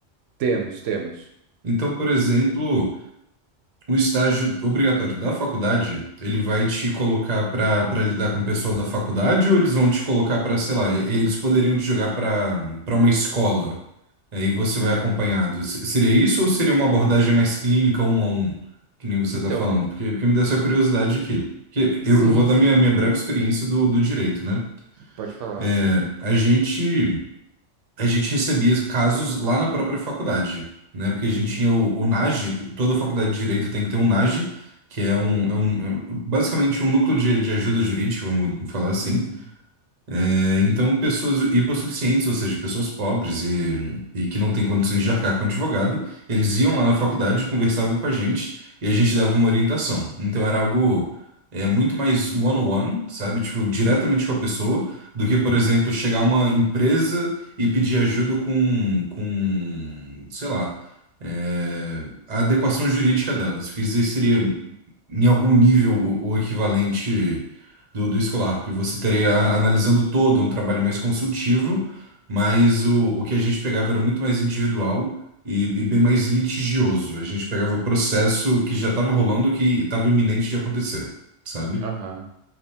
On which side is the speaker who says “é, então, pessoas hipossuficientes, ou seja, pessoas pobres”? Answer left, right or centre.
Right